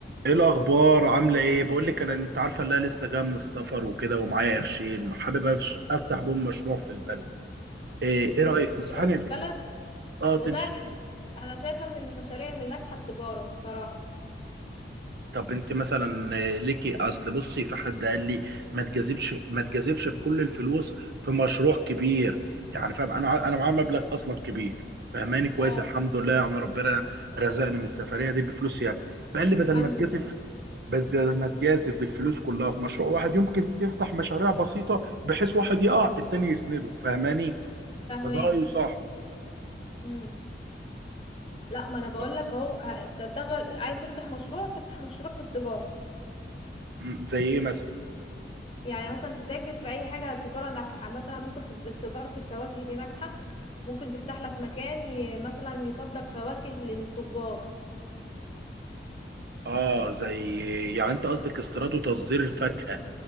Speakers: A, on the right; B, on the left.
A: ايه الاخبار عامله ايه بقول لك انا انت عارفه ان انا لسه جايه من السفر وكده ومعايا قرشين حابب أفش- افتح بوم مشروع في البلد ايه ايه
B: تفتح
A: رايك تنصحني
B: مشروع في
A: ب-
B: البلد
A: اه تنش...
B: والله انا انا شايفه ان المشاريع اللي ناجحه التجاره بصراحه
A: طب انت مثلا آه، ليكي اصل بصي في حد قال لي ما تجازفش ما تجازفش في كل الفلوس في مشروع كبير يعني فاهم انا ع- انا معايا مبلغ اصلا كبير فهماني كويس
B: اه
A: الحمد لله يعني ربنا رزقني من السفريه دي بفلوس يعني فقال لي بدل
B: الحمد
A: ما تجازف
B: لله
A: بدل ما تجازف بالفلوس كلها في مشروع واحد يمكن تفتح مشاريع بسيطة بحيث واحد يقع التاني يسنده فاهماني
B: فاهماه
A: فده رأيه صح
B: امم لا ما انا بقول
A: طب،
B: لك اهو هتتغل... عايز تفتح مشروع تفتح مشروع في التجاره
A: م، زي ايه مثلا
B: يعني مثلا تتاجر في اي حاجه تجاره ناجحه مثلا ممكن تت- تجاره الفواكه دي ناجحه ممكن تفتح لك مكان ي... مثلا يصدر فواكه للتجار
A: اه زي يعني انت قصدك استيراد وتصدير الفاكهة